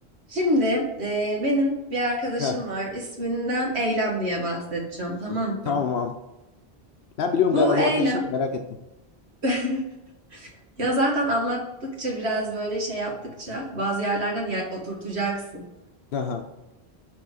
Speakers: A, on the right; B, on the left.
A: Şimdi eee, benim bir arkadaşım
B: Heh,
A: var. İsminden Eylem diye bahsedeceğim, tamam
B: tamam.
A: mı?
B: tamam. Ben biliyorum
A: Bu
B: galiba
A: Eylem
B: bu arkadaşını da merak ettim.
A: <laughs> ya zaten anlattıkça biraz böyle şey yaptıkça bazı yerlerden yer oturtacaksın.
B: Aha.